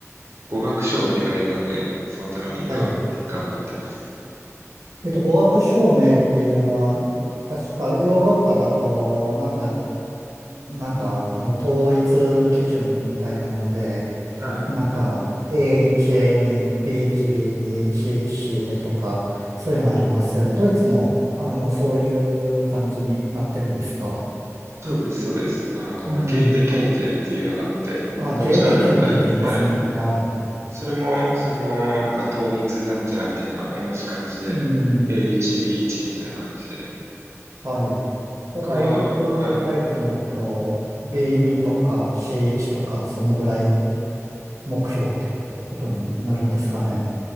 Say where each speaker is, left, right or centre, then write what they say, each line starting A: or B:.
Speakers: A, on the right; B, on the right.
A: 語学証明がいるので、そのために今頑張ってます。
B: はい。えっと、語学証明っていうのは、確かヨーロッパだと、なんか、なんか、あの、統一基準みたいなので、
A: はい。
B: なんか、A1、A2、B1、B2、C1、C2 とか、そういうのありますよね。ドイツも、あの、そういう感じになってるんですか。
A: そうです、そうです。あの、
B: うん。
A: ゲーテ検定っていうのがあって、
B: あ、
A: そのおっしゃられた、
B: ゲーテ検定っていうんですね。
A: はい。
B: はい。
A: それも、その、なんか統一なんちゃらみたいな同じ感じで、
B: うん。
A: A1、B1 みたいな感じで。
B: はい。じ
A: 僕は、
B: ゃあ、大学入るとなると、
A: はい。
B: B2 とか C1 とか、そのぐらい目標ってことになるんですかね。